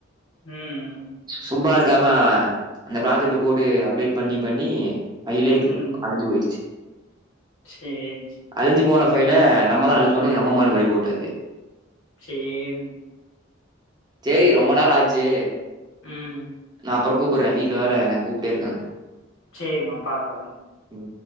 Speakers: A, on the left; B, on the right.
A: ம்
B: சும்மா இருக்காமா அந்த ப்ராஜக்ட்ட போட்டு அப்டேட் பண்ணி பண்ணி ஃபையிலேக்கு
A: ம்
B: அழிஞ்சு போயிருச்சு
A: சரி
B: அழிஞ்சு போன ஃபைல நம்ம தா அழிச்சோனு நம்ம மேல பழி போட்டாரு
A: சேரின்
B: சேரி ரொம்ப நேரோ ஆச்சு
A: ம்
B: நா அப்புறோ கூப்புற வீட்ல வேற என்னய கூப்ட்டே இருக்காங்க
A: சேரிம்மா பாரு பாருங்க
B: ம்.